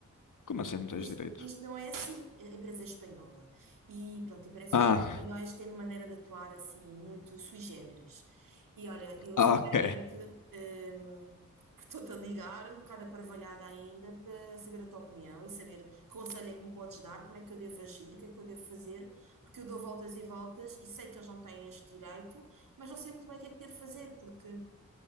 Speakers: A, on the left; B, on the right.
A: Como assim não tens
B: Isto,
A: direito?
B: isto não é assim, a empresa é espanhola. E pronto, e parece
A: Ah,
B: que os espanhóis têm uma maneira de atuar assim, muito sui generis. E olha, eu
A: ah,
B: sinceramente
A: ok.
B: hum, que estou-te a ligar, um bocado aparvalhada ainda, para saber a tua opinião e saber que conselho é que me podes dar, como é que eu devo agir, o que é que eu devo fazer, porque eu dou voltas e voltas e sei que eles não têm este direito, mas não sei muito bem o que é que devo fazer, porque